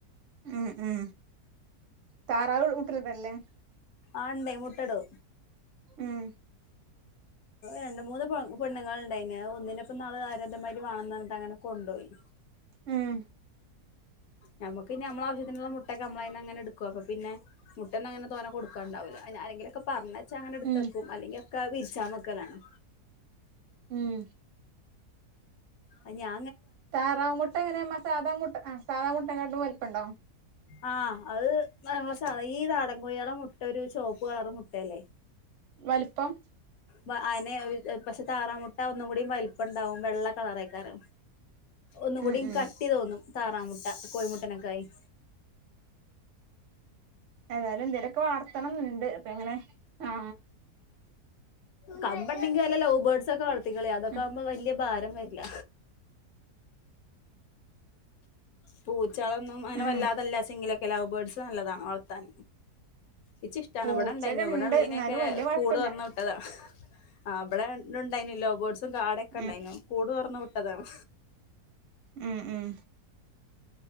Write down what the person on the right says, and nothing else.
ഉം ഉം താറാവ് മുട്ടട്തല്ലേ?
ഉം
ഉം
ഉം
ഉം
താറാവ് മുട്ട എങ്ങനെമ്മ സാധാ മുട്ട ആ സാധാ മുട്ടക്കാട്ടിലും വലിപ്പണ്ടൊ
വൽപ്പം
ഉം ഉം
ഏതായാലും എന്തെലൊക്കെ വളർത്തണംന്ന്ണ്ട് അപ്പൊ എങ്ങനെ ആ
ഉം
ഉം
പൂച്ചൊക്കെ
ഇണ്ട് എന്നാലും വല്യ കൊഴപ്പല്ല
ഉം
ഉം ഉം